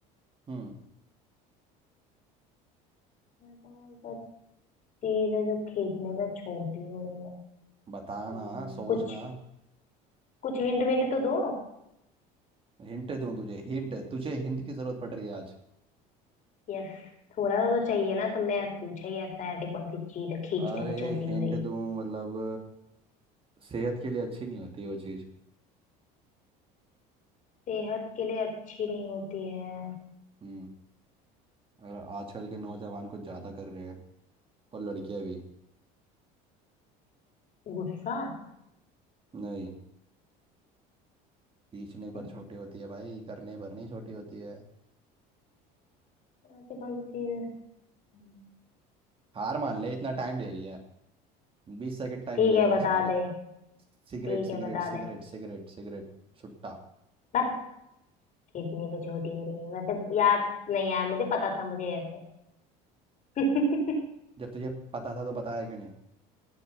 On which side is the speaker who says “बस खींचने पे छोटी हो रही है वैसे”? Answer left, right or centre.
Left